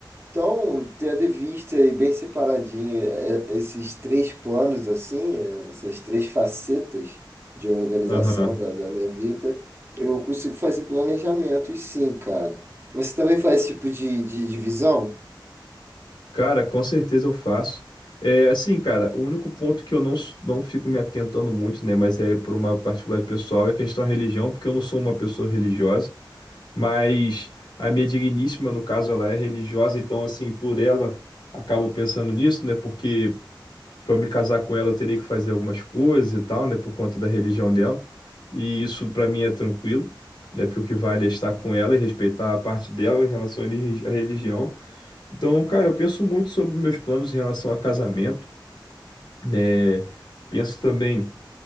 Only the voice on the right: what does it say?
Então, tendo em vista e bem separadinho é, esses três planos, assim, é, essas três facetas de organização
da, da minha vida, eu consigo fazer planejamentos, sim, cara. Você também faz esse tipo de, de divisão?